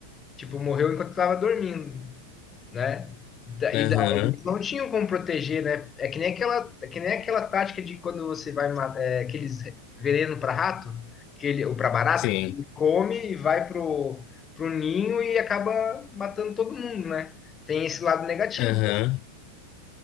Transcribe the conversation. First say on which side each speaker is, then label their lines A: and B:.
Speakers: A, on the left (about 20°); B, on the left (about 40°).
A: Tipo, morreu enquanto estava dormindo né? Da- E
B: Aham.
A: daí eles não tinham como proteger, né? É que nem aquela, é que nem aquela tática de quando você vai ma- é, aqueles veneno para rato, que ele, ou para barata,
B: Sim.
A: que ele come e vai pro, pro ninho e acaba matando todo mundo, né? Tem esse lado negativo.
B: Aham.